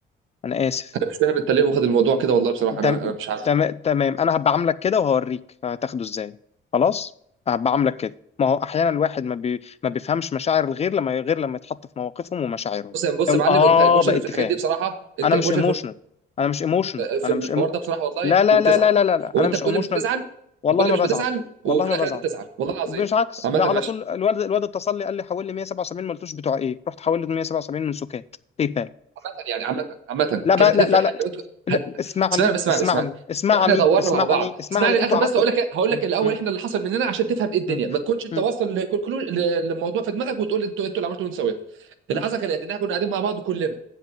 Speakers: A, on the left; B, on the right.
A: انا اسف
B: انا مش فاهم انت ليه واخد الموضوع كده والله بصراحه انا
A: تم...
B: انا مش عارف
A: تم... تمام انا هبقى عاملك كده وهوريك هتاخده ازاي خلاص هبقى عاملك كده ما هو احيانا الواحد ما, بي... ما بيفهمش مشاعر الغير لما غير لما يتحط في مواقفهم ومشاعرهم
B: بص يا بص
A: يقول
B: يا معلم
A: اه
B: انت ايموشن
A: بقيت
B: في الحاجات
A: فاهم
B: دي بصراحه انت
A: انا
B: ايموشن
A: مش ايموشنال انا مش ايموشنال
B: في
A: انا
B: الحوار
A: مش إيمو...
B: ده بصراحه والله
A: لا لا
B: وبتزعل
A: لا لا لا لا لا.
B: وانت
A: انا مش
B: بتقول
A: ايموشنال
B: لي مش بتزعل
A: والله
B: بتقول لي
A: ما
B: مش
A: بزعل
B: بتزعل وفي
A: والله ما
B: الاخر
A: بزعل
B: انت بتزعل والله العظيم
A: مش عكس
B: عامة
A: ده على
B: ماشي
A: طول الواد الواد اتصل لي قال لي حول لي 177 ما قلتوش بتوع ايه رحت حول له 177 من سكات باي بال
B: عامة يعني عامة عامة
A: لا بقى
B: كانت
A: لا
B: هتفرق
A: لا
B: حاجة
A: لا
B: لو انت
A: لا،
B: هت...
A: اسمعني
B: اسمعني بس اسمعني
A: اسمعني
B: اسمعني
A: اسمعني
B: احنا دورنا
A: اسمعني
B: مع بعض
A: اسمعني
B: اسمعني الاخر
A: انتوا قعدتوا
B: بس اقول لك إيه، هقول
A: م-
B: لك الاول
A: م-
B: احنا اللي حصل مننا عشان تفهم ايه الدنيا
A: م-
B: ما تكونش انت
A: م-
B: واصل لكونكلوج للموضوع في دماغك وتقول لي انتوا انتوا اللي عملتوا وانتوا سويتوا
A: م-
B: اللي حصل كان ان احنا كنا قاعدين مع بعض كلنا